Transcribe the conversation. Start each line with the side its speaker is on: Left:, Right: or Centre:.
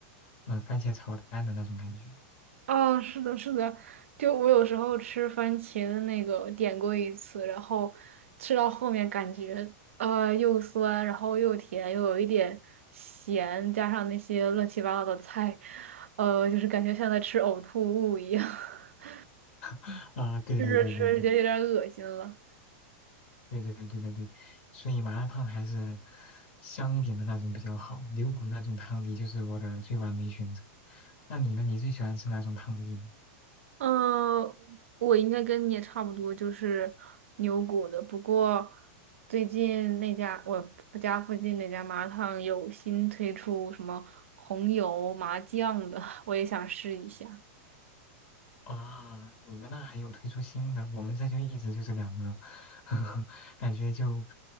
Left: 嗯、番茄炒蛋的那种感觉。
Right: 哦，是的，是的，就我有时候吃番茄的那个点过一次，然后吃到后面感觉呃又酸，然后又甜，又有一点咸，加上那些乱七八糟的菜，呃，就是感觉像在吃呕吐物一样，<laughs>
Left: <laughs> 啊，对对对对对
Right: 吃着吃着觉得有点恶心了。
Left: 对对对对对对，所以麻辣烫还是香一点的那种比较好，牛骨那种汤底就是我的最完美选择。那你呢？你最喜欢吃哪种汤底呢？
Right: 嗯，我应该跟你也差不多，就是牛骨的。不过最近那家我家附近那家麻辣烫有新推出什么红油麻酱的，<laughs> 我也想试一下。
Left: 啊，你们那还有推出新的，我们这就一直就这两个，<laughs> 感觉就，